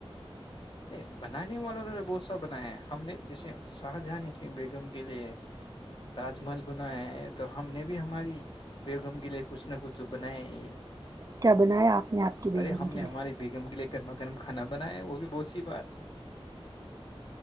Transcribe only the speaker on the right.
کیا بنایا آپ نے آپ کی بیگم
کے
لیے